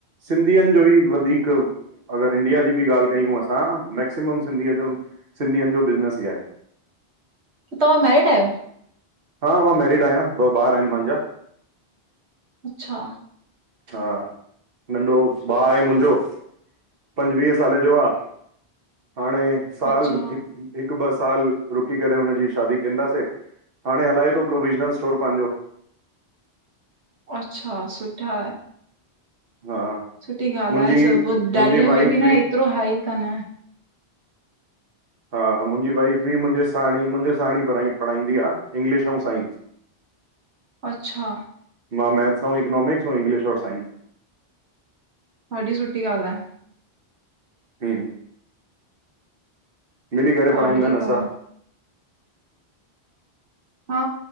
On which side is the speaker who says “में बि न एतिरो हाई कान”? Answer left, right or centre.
Right